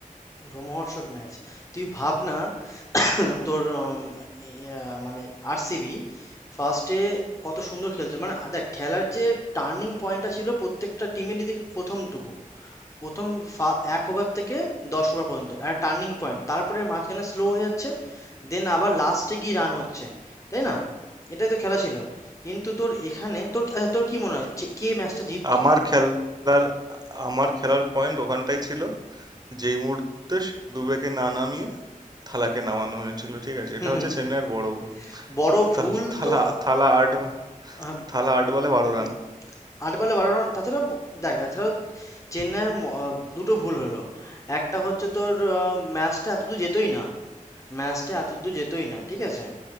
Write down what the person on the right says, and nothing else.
আমার খেলার আমার খেলার পয়েন্ট ওখানটাই ছিল যেই মুহূর্তে দুবেকে না নামিয়ে থালাকে নামানো হয়েছিল ঠিক আছে এটা
হচ্ছে চেন্নাইয়ের বড় ভুল
থা- থালা
থালা আট
থালা আট বলে বারো রান